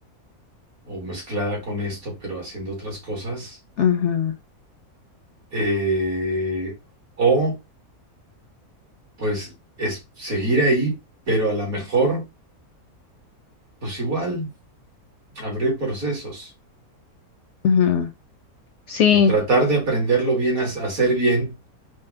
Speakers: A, on the right; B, on the left.
A: o mezclada con esto, pero haciendo otras cosas.
B: Ujú,
A: Eh, o pues es seguir ahí, pero a lo mejor, pues igual, abrir procesos
B: ujú. Sí,
A: y tratar de aprenderlo bien, a hacer bien